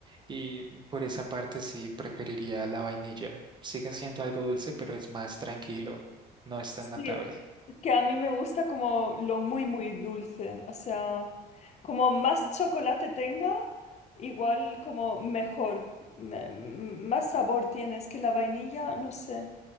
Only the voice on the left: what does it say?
Sí,
es que a mí me gusta como lo muy, muy dulce. O sea, como más chocolate tenga, igual como mejor. Me- m- más sabor tiene. Es que la vainilla, no sé.